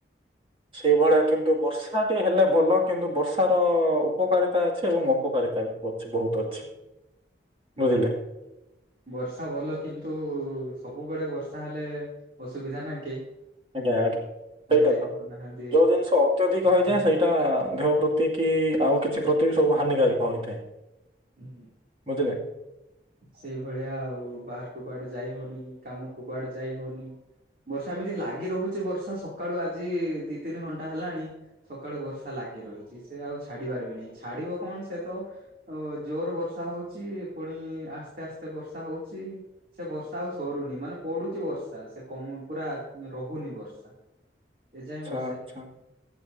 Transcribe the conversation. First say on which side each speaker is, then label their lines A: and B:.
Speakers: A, on the right; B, on the right.
A: ସେଇଭଳିଆ। କିନ୍ତୁ ବର୍ଷାଟି ହେଲେ ଭଲ କିନ୍ତୁ ବର୍ଷାର ଉପକାରିତା ଅଛି ଏବଂ ଅପକାରିତା ବି ବହୁତ। ଅଛି ବହୁତ ଅଛି।
B: ହୁଁ।
A: ବୁଝିଲେ
B: ବର୍ଷା ଭଲ, କିନ୍ତୁ ସବୁବେଳେ ବର୍ଷା ହେଲେ ଅସୁବିଧା ନାଇଁ।
A: ଆଜ୍ଞା, ହାଟ, ସେଇଟା
B: ଯାଇପାରୁନାହାନ୍ତି।
A: ତ ଯୋଉ ଜିନିଷ ଅତ୍ୟଧିକ
B: ଅସୁବିଧା
A: ହେଇଯାଏ ସେଇଟା ଦେହ ପ୍ରତି ସେତିକି ଆଉ କିଛି ପ୍ରତିବି ସବୁ ହାନିିକାରିକ ହୋଇଥାଏ।
B: ହୁଁ।
A: ବୁଝିଲେ
B: ସେଇଭଳିଆ ଆଉ ବାହାରକୁ କୁଆଡେ ଯାଇ ହଉନି କାମକୁ କୁଆଡେ ଯାଇ ହଉନି। ବର୍ଷା ଏମିତି ଲାଗି ରହୁଛି ବର୍ଷା ସକାଳୁ ଆଜି ଦି ତିନି ଘଣ୍ଟା ହେଲାଣି। ସକାଳୁ ବର୍ଷା ଲାଗି ରହିଛି ସେ ଆଉ ଛାଡି ବାରବି ନାହିଁ ଛାଡିବ କଣ ସେ ତ ଓ ଜୋର ବର୍ଷା ହଉଚି ପୁଣି ଆସ୍ତେ ଆସ୍ତେ ବର୍ଷା ହଉଚି। ସେ ବର୍ଷା ଆଉ ସରୁନି ମାନେ ପଡୁଛି ବର୍ଷା ସେ କମୁନୁ ପୁରା ରହୁନି ବର୍ଷା। ଏଯାଏଁ ବର୍ଷା
A: ଆଛା, ଆଛା,